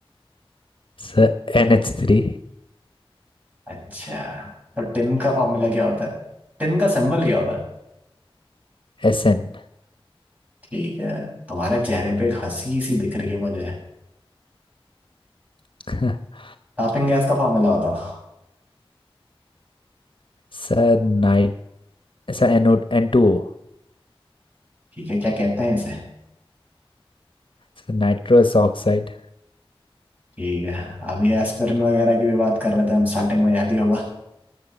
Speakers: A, on the left; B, on the right.
A: सर एन एच थ्री
B: अच्छा तो टिन का फॉर्मूला क्या होता है टिन का सिंबल क्या होता है
A: S N
B: ठीक है तुम्हारे चेहरे पे एक हंसी सी दिख रही है मुझे
A: <laughs>
B: टॉपिंग गैस का फॉर्मूला बताओ
A: Sir night sir N N two O
B: ठीक है क्या कहते हैं इसे
A: Sir nitrous oxide
B: ठीक है अभी एस्पिरिन वगैरह की भी बात कर रहे थे हम स्टार्टिंग में याद ही होगा